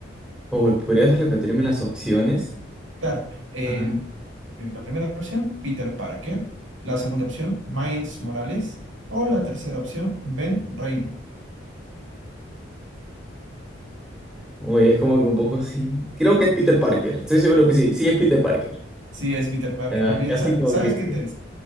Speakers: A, in the centre; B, on the right.
A: Uy, ¿podrías repetirme las opciones?
B: Claro, el-
A: Ajá.
B: eh, la primera opción, Peter Parker. La segunda opción, Miles Morales. O la tercera opción, Ben Reilly.
A: Uy, es como que un poco así. Creo que es Peter Parker, estoy seguro que sí, sí es Peter Parker.
B: Sí, es Peter Parker,
A: Ah,
B: muy bien.
A: casi
B: Sa-
A: como
B: Sabes
A: que.
B: que te,